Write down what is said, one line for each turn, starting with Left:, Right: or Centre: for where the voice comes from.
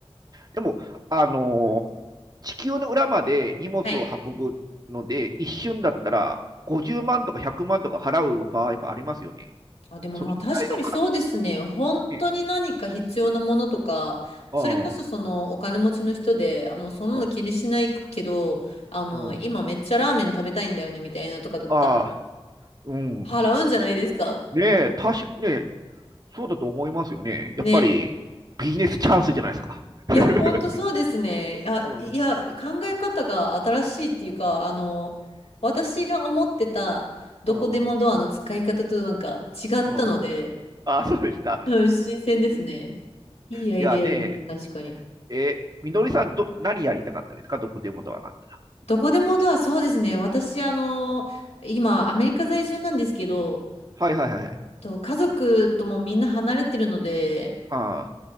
Right: でも、あの地球の裏まで荷物を運ぶので、
Left: はい
Right: 一瞬だったら50万とか100万とか払う場合もありますよね。
Left: あ、でもまあ確かにそうですね。
Right: そのぐらいの価
Left: 本当に何か必要なものとか、
Right: 値。ああ、
Left: それこそそのお金持ちの人で、あ、もうそんなの気にしないけど、
Right: う
Left: あの、
Right: ん、
Left: 今めっちゃラーメン食べたいんだよねみたいなとかだったら、
Right: うん。ああ、うん。
Left: 払うんじゃないですか。
Right: ねえ、確かね、そうだと思いますよね。
Left: ね。
Right: やっぱりビジネスチャンスじゃないですか。<laughs>
Left: いや、本当そうですね。いや、
Right: うん、
Left: いや、考え方が新しいっていうか、あの、私が思ってたどこでもドアの使い方となんか違ったので、
Right: うん、うん。ああ、そうでした。
Left: うん、新鮮ですね。いいアイデアです。
Right: いやね
Left: 確かに。
Right: え、え、みのりさんど、何やりたかったですかどこでもドアがあったら。
Left: どこでもだ、そうですね。私、あの、今、アメリカ在住なんですけど、
Right: はいはいはい。
Left: と家族ともみんな離れてるので、
Right: ああ、